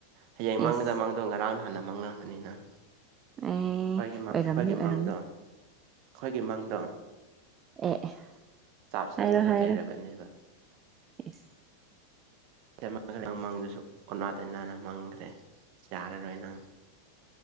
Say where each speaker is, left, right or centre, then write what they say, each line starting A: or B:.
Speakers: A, on the right; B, on the right.
A: ꯍꯌꯦꯡ
B: ꯑꯦꯁ
A: ꯃꯪꯗ ꯃꯪ ꯑꯗꯣ ꯉꯔꯥꯡ ꯅꯍꯥꯟꯅ ꯃꯪꯉꯝꯃꯅꯤ ꯅꯪ ꯑꯩꯈꯣꯏꯒꯤ
B: ꯑꯦ
A: ꯃꯪ
B: ꯑꯣꯏꯔꯝꯅꯤ
A: ꯑꯩꯈꯣꯏꯒꯤ
B: ꯑꯣꯏꯔꯝꯅꯤ
A: ꯃꯪꯗꯣ ꯑꯩꯈꯣꯏꯒꯤ ꯃꯪꯗꯣ
B: ꯑꯦ ꯑꯦ
A: ꯆꯥꯞ ꯁꯦꯝꯃꯒ
B: ꯍꯥꯏꯔꯣ ꯍꯥꯏꯔꯣ
A: ꯂꯩꯔꯕꯅꯦꯕ
B: ꯑꯦꯁ
A: <unintelligible> ꯃꯪꯗꯨꯁꯨ ꯑꯣꯅꯥ ꯇꯩꯅꯅ ꯃꯪꯒ꯭ꯔꯦ ꯌꯥꯔꯔꯣꯏ ꯅꯪ꯫